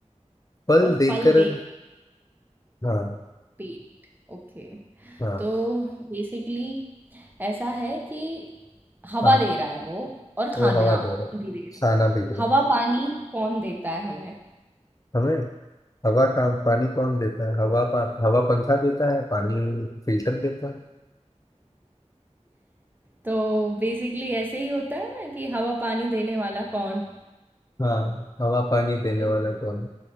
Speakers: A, on the left; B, on the right.
A: फल
B: और
A: देकर
B: फल दे
A: हाँ
B: पेट ओके
A: हाँ
B: तो बेसिकली ऐसा है कि हवा
A: हाँ
B: दे रहा है वो और
A: वो
B: खाना
A: हवा दे रहा है
B: भी दे रहा है
A: खाना भी दे
B: हवा
A: रहा है
B: पानी कौन देता है हमें
A: हमें हवा का पानी कौन देता है हवा पा, हवा पंखा देता है पानी फिल्टर देता है
B: तो बेसिकली ऐसे ही होता है ना कि हवा पानी देने वाला कौन
A: हाँ हवा पानी देने
B: इस,
A: वाला कौन है?